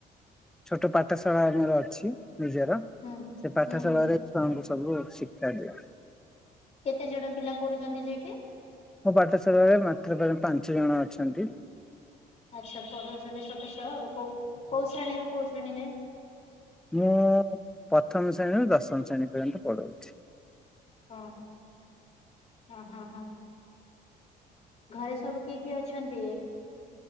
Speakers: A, in the centre; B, on the left.
A: ଛୋଟ ପାଠଶାଳା ଆମର ଅଛି ନିଜର।
B: ହୁଁ
A: ସେ ପାଠଶାଳ
B: ହୁଁ ହୁଁ ହୁଁ।
A: ରେ ଛୁଆଙ୍କୁ ସବୁ ଶିକ୍ଷା ଦିଏ।
B: କେତେ ଜଣ ପିଲା ପଢୁଛନ୍ତି ସେଇଠି?
A: ମୋ ପାଠଶାଳାରେ ମାତ୍ର ପାଞ୍ଚ ଜଣ ଅଛନ୍ତି।
B: ଆଚ୍ଛା ପଢଉଛନ୍ତି ଛୋଟ ଛୁଅ ଆଉ କୋଉ ଶ୍ରେଣୀରୁ କୋଉ ଶ୍ରେଣୀ ଯାଏ?
A: ମୁଁ ପ୍ରଥମ ଶ୍ରେଣୀରୁ ଦଶମ ଶ୍ରେଣୀ ପର୍ଯ୍ୟନ୍ତ ପଢ଼ାଉଛି।
B: ହଁଉ ହଁ ହଁ ହଁ ଘରେ ସବୁ କିଏ କିଏ ଅଛନ୍ତି?